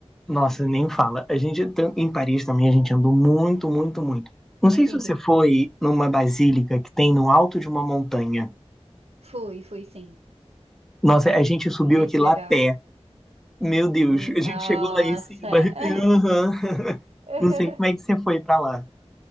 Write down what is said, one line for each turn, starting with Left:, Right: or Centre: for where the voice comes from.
Centre: Nossa, nem fala. A gente tam- em Paris também a gente andou muito, muito, muito. Não sei
Right: Entendi.
Centre: se você foi numa basílica que tem no alto de uma montanha.
Right: Fui, fui sim.
Centre: Nossa, a gente subiu
Right: Muito
Centre: aqui lá
Right: legal.
Centre: a pé. Meu Deus,
Right: Nossa.
Centre: a gente chegou lá em cima. <laughs> Aham.
Right: <laughs>
Centre: Não sei como é que você foi pra lá.